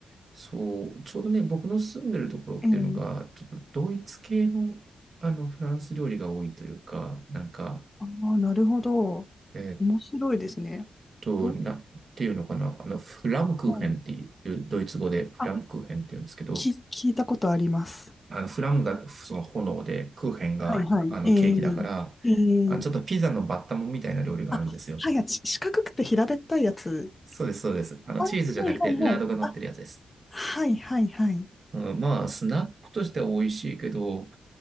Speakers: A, on the right (about 50°); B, on the left (about 20°).
A: そう、ちょうどね、僕の住んでるところっていうのが、
B: ええ
A: ちょっとドイツ系の、あのフランス料理が多いというか、なんか、
B: ああ、なるほど。
A: えーっ
B: 面白いですね。
A: と、
B: と、
A: な、っていうのかな、あの、フラムクーヘンっていう、
B: うん
A: ドイツ語でフラムクーヘンっていうんですけど、
B: あ、き、聞いたことあります。
A: あの、フラムがその炎で、クーヘンがあのケーキだから、
B: はいはい。ええええ
A: あちょっとピザのバッタモンみたいな料理があるんですよ。
B: あ、はい、あち四角くて平べったいやつ。
A: そうです、そうです。あの、
B: あ、
A: チーズじゃなくて、
B: はいはいはい。
A: ラードが乗ってるやつです。
B: あ、はいはいはい。
A: うん、まあ、スナックとしては美味しいけど、